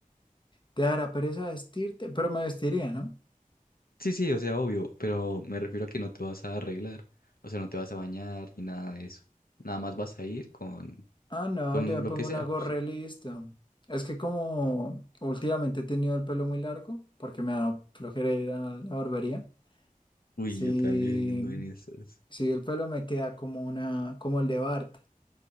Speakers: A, on the left; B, on the left.
A: Te dará pereza vestirte, pero me vestiría, ¿no?
B: Sí, sí, o sea, obvio, pero me refiero a que no te vas a arreglar, o sea, no te vas a bañar ni nada de eso. Nada más vas a ir con,
A: Ah, no,
B: con
A: yo me
B: lo
A: pongo
B: que sea.
A: una gorra
B: sí.
A: y listo. Es que como últimamente he tenido el pelo muy largo, porque me da flojera ir a la barbería.
B: Uy,
A: Sí,
B: yo también ando en esas.
A: sí, el pelo me queda como una, como el de Bart,